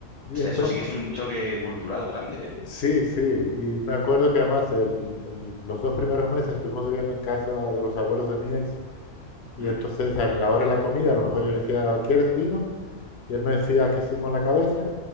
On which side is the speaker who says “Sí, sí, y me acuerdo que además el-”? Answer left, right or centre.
Left